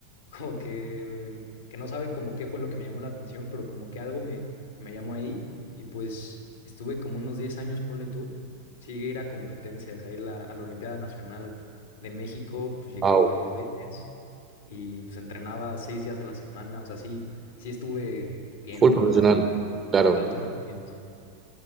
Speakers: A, on the left (about 65°); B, on the right (about 20°).
A: como que, que no saben como qué fue lo que me llamó la atención, pero como que algo me, me llamó ahí y pues estuve como unos 10 años, ponle tú, sí llegué a ir a competencias, a ir la- a la Olimpiada Nacional de México, pues llegué
B: Wow,
A: a ir varias veces y pues entrenaba seis días a la semana, o sea, sí, sí estuve bien,
B: full profesional,
A: o sea, de
B: claro.
A: alto rendimiento,